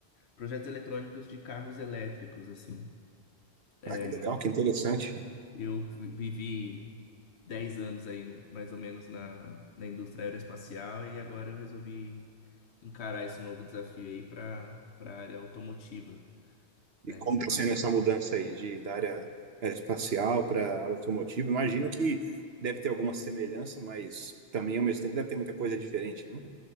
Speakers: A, on the left (about 80°); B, on the right (about 70°).
A: projetos eletrônicos de carros elétricos, assim. É,
B: Ah, que legal, que interessante.
A: Eu vi- vivi 10 anos aí, mais ou menos, na, na indústria aeroespacial e agora eu resolvi encarar esse novo desafio aí para para a área automotiva, né?
B: E como
A: Tô
B: está
A: gostando.
B: sendo essa mudança aí de, da área aeroespacial para área automotiva? Imagino que deve ter alguma semelhança, mas também ao mesmo tempo deve ter muita coisa diferente, né?